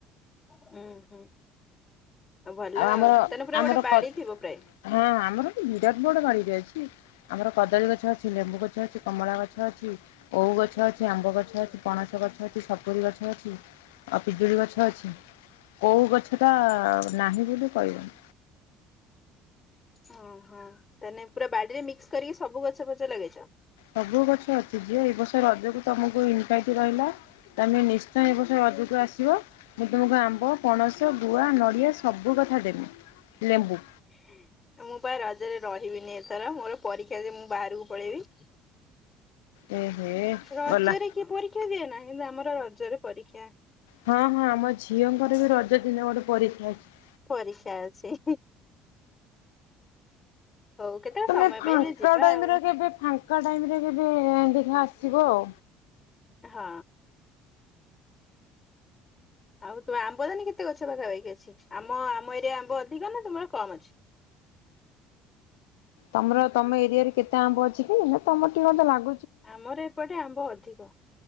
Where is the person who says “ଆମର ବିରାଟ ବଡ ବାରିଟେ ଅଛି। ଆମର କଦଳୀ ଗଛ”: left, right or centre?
Left